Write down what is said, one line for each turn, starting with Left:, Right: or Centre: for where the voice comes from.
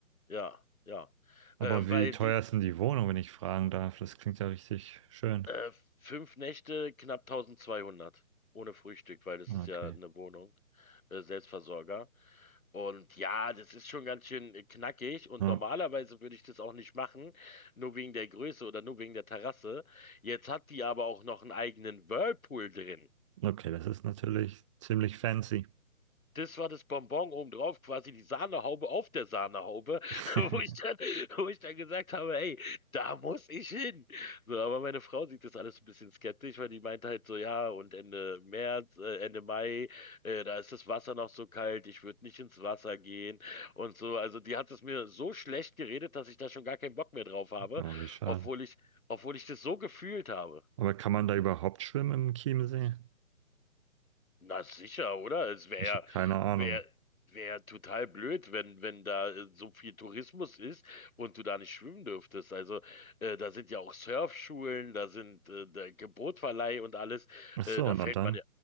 Left: Ja, ja.
Right: Aber
Left: Ähm, weil
Right: wie teuer
Left: die
Right: ist denn die Wohnung, wenn ich fragen darf? Das klingt ja richtig schön.
Left: äh, fünf Nächte knapp 1200 ohne Frühstück, weil das
Right: Okay.
Left: ist ja eine Wohnung, äh, Selbstversorger. Und ja, das ist schon ganz schön äh, knackig und
Right: Ja.
Left: normalerweise würde ich das auch nicht machen, nur wegen der Größe oder nur wegen der Terrasse. Jetzt hat die aber auch noch einen eigenen Whirlpool drin.
Right: Okay, das ist natürlich ziemlich fancy.
Left: Das war das Bonbon obendrauf, quasi die Sahnehaube auf der Sahnehaube,
Right: <laughs>
Left: <laughs> wo ich dann, wo ich dann gesagt habe, ey, da muss ich hin. So, aber meine Frau sieht das alles ein bisschen skeptisch, weil die meint halt so, ja, und Ende März, äh, Ende Mai, äh, da ist das Wasser noch so kalt, ich würde nicht ins Wasser gehen und so. Also die hat es mir so schlecht geredet, dass ich da schon gar keinen Bock mehr drauf habe,
Right: Oh, wie schade.
Left: obwohl ich, obwohl ich das so gefühlt habe.
Right: Aber kann man da überhaupt schwimmen im Chiemsee?
Left: Na sicher, oder? Es wäre
Right: Ich
Left: ja,
Right: habe keine Ahnung.
Left: wär, wär ja total blöd, wenn, wenn da äh, so viel Tourismus ist und du da nicht schwimmen dürftest. Also äh, da sind ja auch Surfschulen, da sind äh, der Bootverleih und alles.
Right: Ach
Left: Äh,
Right: so,
Left: da
Right: na
Left: fällt
Right: dann.
Left: man ja,